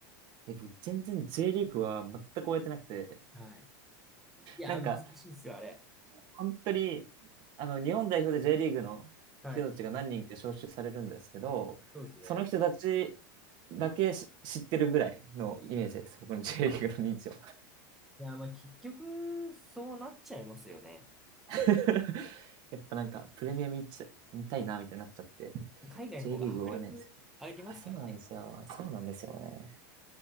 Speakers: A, on the right; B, in the centre.
A: え、僕、全然 J リーグは全く終えてなくて、
B: はい。いや、
A: なんか、
B: 難しいですよ、あれ。
A: 本当に、あの、日本代表で J リーグの人たちが何人か招集されるんですけど、
B: はい。そうですね。
A: その人たちだけし知ってるぐらいのイメージです。僕の J リーグの認知を。
B: いや、まあ結局、そうなっちゃいますよね。
A: <laughs> やっぱなんか、プレミア見ちゃ、見たいな、みたいになっちゃって、
B: 海外の方が迫力ありますからね。
A: J リーグ終えないんですよ。あ、そうなんですよ。そうなんですよね。